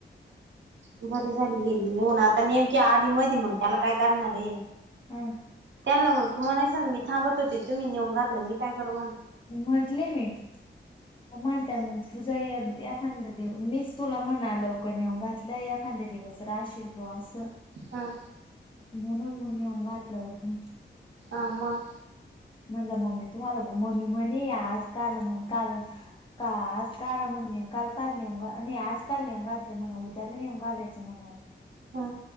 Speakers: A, on the right; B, on the left.
A: बर झाली गेली आता नेमक्या आधी मधी मग त्याला काय करणार हे
B: हम
A: त्यांन तू म्हणायचं न मी थांबत होते तुम्ही नेऊन घातलं मी काय करू म्हण
B: म्हटले मी व म्हणत्यात म तुझा एक एखांदा दिव मीच तुला म्हणालो कणी नेऊन घातलंय एखांदा दिवस राहशी बुआ असं
A: हं
B: म्हणून मग नेऊन घातलं होतं.
A: आ मगं
B: म्हणलं मम्मी तुम्हाला मम्मी म्हणे आज काल म्हण काल का आज का म्हणे काल काल नेऊ नाही, आज का नेऊन घातलं म्हण उद्याला नेऊन घालायचं म्हण
A: हम